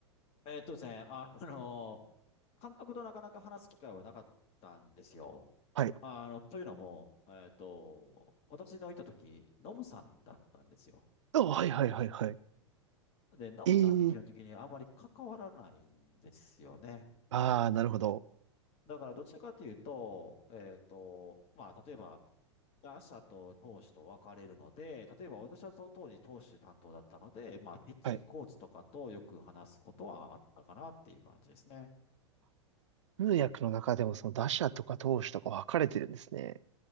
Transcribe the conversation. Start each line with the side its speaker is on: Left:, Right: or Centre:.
Left: えーっとですね、あの、監督となかなか話す機会はなかったんですよ。
Right: はい。
Left: あの、というのも、えーっと、私のいた時、ノブさんだったんですよ。
Right: あ、はい、はい、はい、はい。
Left: で、ノブさんって基本的にあまり関わらないんですよね。
Right: ええああー、なるほど。
Left: だからどちらかというと、えっと、まあ、例えば、打者と投手と分かれるので、例えば私はその当時投手担当だったので、まあ、ピッチングコーチとかとよく話すことはあったかなっていう感じですね。
Right: はい。通訳の中でもその打者とか投手とか分かれてるんですね。